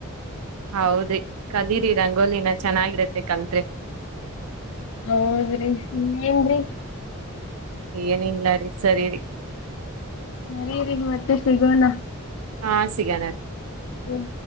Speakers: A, on the right; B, on the left.
A: ಹೌದ್ರಿ ಕಲೀರಿ ರಂಗೋಲಿನ ಚೆನ್ನಾಗಿರತ್ತೆ ಕತ್ರೆ
B: ಹೌದ್ರಿ ಇನ್ನೆಂನ್ರೀ
A: ಏನಿಲ್ಲಾರಿೀ ಸರಿ ರಿ
B: ಸರಿ ರೀ ಮತ್ತೆ ಸಿಗೋಣ
A: ಹಾಂ ಸಿಗಣ ರೀ
B: ಹ್ಮ್